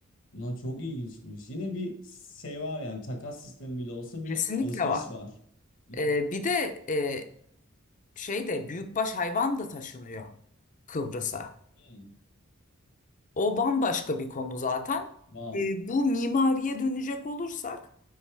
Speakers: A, on the left (about 65°); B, on the left (about 35°).
A: Lan çok ilginç bir ilginçmiş. Yine bir şey var yani takas sistemi bile olsa bir
B: Kesinlikle
A: alışveriş
B: var.
A: var. <laughs>
B: E, bir de e, şey de büyükbaş hayvan da taşınıyor Kıbrıs'a.
A: Hmm,
B: O bambaşka bir konu zaten.
A: Wow.
B: E, bu mimariye dönecek olursak